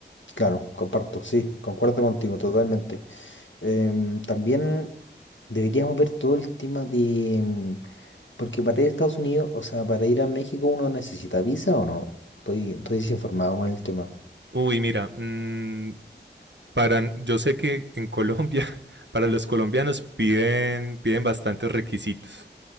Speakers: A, on the left; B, on the right.
A: Claro, comparto, sí, concuerdo contigo totalmente. Em, también deberíamos ver todo el tema de... em, Porque para ir a Estados Unidos, o sea, para ir a México uno necesita visa o no? Estoy, estoy desinformado con el tema.
B: Uy, mira, mm, para, yo sé que en Colombia, <laughs> para los colombianos piden, piden bastantes requisitos.